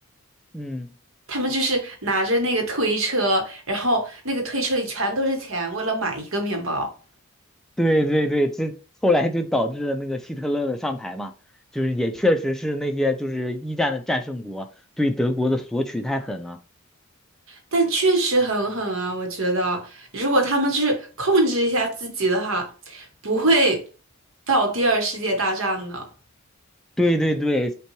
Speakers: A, in the centre; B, on the right.
A: 嗯，
B: 他们就是拿着那个推车，然后那个推车里全都是钱，为了买一个面包。
A: 对对对，这后来就导致了那个希特勒的上台嘛。就是也确实是那些就是一战的战胜国对德国的索取太狠了，
B: 但确实很狠啊，我觉得如果他们就是控制一下自己的话，不会到第二世界大战的。
A: 对对对，